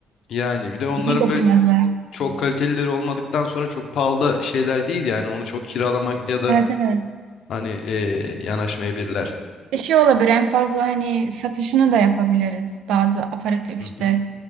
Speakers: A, on the left; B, on the right.
A: yani bir de onların
B: Bunu getirmezler
A: böyle çok kalitelileri olmadıktan sonra çok pahalı da şeyler değil yani onu çok kiralamak ya da
B: evet evet
A: hani eee yanaşmayabilirler.
B: Bir şey olabilir en fazla hani satışını da yapabiliriz. Bazı aparatif
A: Hı
B: işte
A: hı.